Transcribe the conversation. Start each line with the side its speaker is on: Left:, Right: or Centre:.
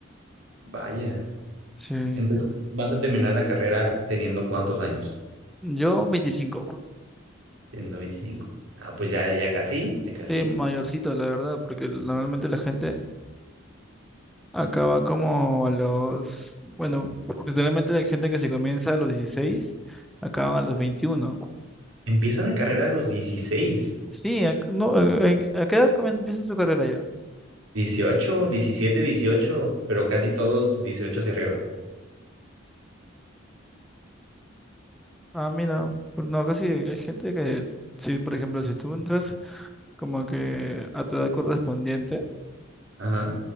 Right: Vaya.
Centre: Sí.
Right: Entonces, ¿vas a terminar la carrera teniendo cuántos años?
Centre: Yo 25.
Right: Teniendo veinticinco Ah, pues ya, ya casi, ya casi.
Centre: Sí, mayorcito, la verdad, porque normalmente la gente acaba como a los... Bueno, literalmente hay gente que se comienza a los 16, acaban a los 21.
Right: Empiezan la carrera a los dieciséis
Centre: Sí, ac- no, eh, eh, ¿a qué edad comen- empieza su carrera ya?
Right: dieciocho diecisiete dieciocho pero casi todos dieciocho hacia arriba.
Centre: Ah, mira, pero no, casi hay gente que, sí, por ejemplo, si tú entras como que a tu edad correspondiente,
Right: Ajá,